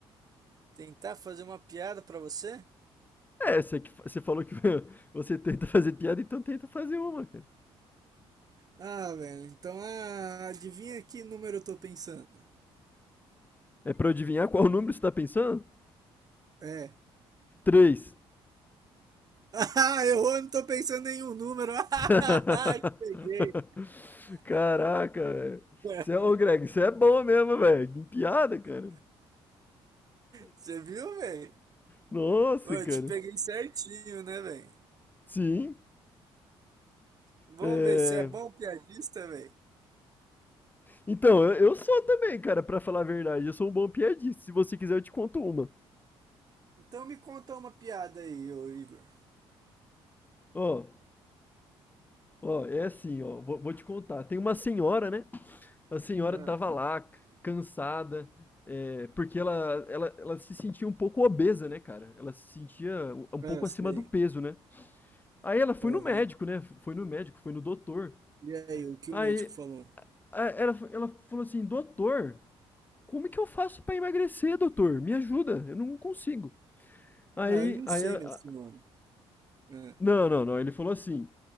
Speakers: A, on the right; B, on the left.
A: Tentar fazer uma piada pra você?
B: É, você, que, fa- você falou que <laughs> você tenta fazer piada, então tenta fazer uma, cara.
A: Ah, velho, então ah, adivinha que número eu tô pensando?
B: É pra eu adivinhar qual número você tá pensando?
A: É.
B: Três.
A: <laughs> Ah, errou, eu não tô pensando em nenhum número. <laughs>
B: <laughs>
A: Ah, peguei.
B: Caraca, velho.
A: <laughs>
B: Você é, ô Greg, você é bom mesmo, velho. Em piada, cara.
A: Você viu, velho?
B: Nossa,
A: Ô,
B: cara.
A: eu te peguei certinho, né, velho?
B: Sim.
A: Vamos
B: É...
A: ver se é bom piadista, velho.
B: Então, eu, eu sou também, cara, pra falar a verdade. Eu sou um bom piadista. Se você quiser, eu te conto uma.
A: Então me conta uma piada aí, ô Igor.
B: Ó, ó, é assim, ó. Vou, vou te contar. Tem uma senhora, né? A senhora
A: Ah,
B: tava lá, cansada, é, porque ela, ela, ela se sentia um pouco obesa, né, cara? Ela se sentia um um
A: ah,
B: pouco
A: sei.
B: acima do peso, né? Aí ela foi
A: Aham.
B: no médico, né? Foi no médico, foi no doutor.
A: E aí, o que
B: Aí
A: o médico falou?
B: a- ela, ela falou assim: Doutor, como é que eu faço pra emagrecer, doutor? Me ajuda, eu não consigo. Aí,
A: Ah, eu não
B: aí
A: sei,
B: ela,
A: minha senhora.
B: a-
A: Ah.
B: não, não, não. Ele falou assim: